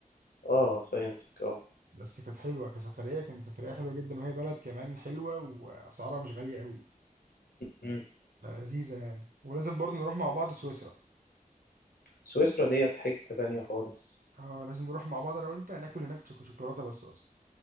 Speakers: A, on the left; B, on the right.
A: اه فهمتك اه
B: بس كانت حلوه كسفريه كانت سفريه حلوه جدا وهي بلد كمان حلوه واسعارها مش غاليه قوي
A: مم.
B: لذيذه يعني ولازم برضه نروح مع بعض سويسرا
A: سويسرا ديت حتة تانية خالص
B: اه لازم نروح مع بعض انا وانت ناكل هناك شوك- شوكولاته بس اصلا